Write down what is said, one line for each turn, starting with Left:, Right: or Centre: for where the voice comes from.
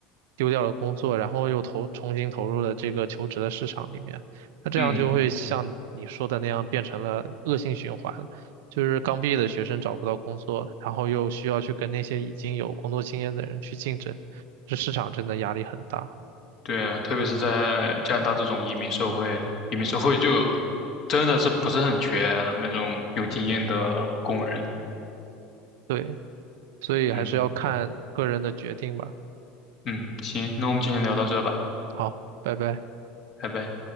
Right: 丢掉了工作，然后又投，重新投入了这个求职的市场里面，那这样就会像你说的那样变成了恶性循环，
Left: 嗯。
Right: 就是刚毕业的学生找不到工作，然后又需要去跟那些已经有工作经验的人去竞争，这市场真的压力很大，
Left: 对啊，特别是在加拿大这种移民社会，移民社会就真的是不是很缺啊那种有经验的工人。
Right: 对，所以还是要看个人的决定吧。
Left: 嗯嗯，行，那我们今天聊到这吧，
Right: 好，拜拜。
Left: 拜拜。